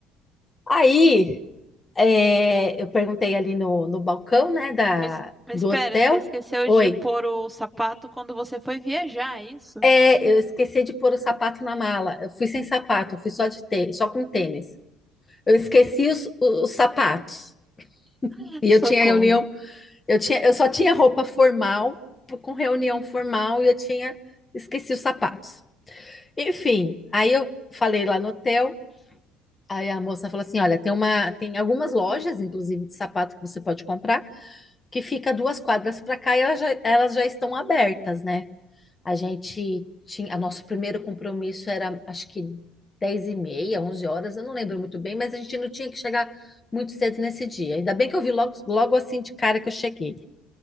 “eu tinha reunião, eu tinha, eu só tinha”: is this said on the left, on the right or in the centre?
Left